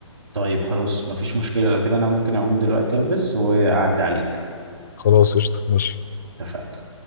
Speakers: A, on the right; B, on the left.
A: طيب خلاص مفيش مشكله لو كده انا ممكن اقوم دلوقتي البس واعدي عليك
B: خلاص قشطه ماشي
A: اتفقنا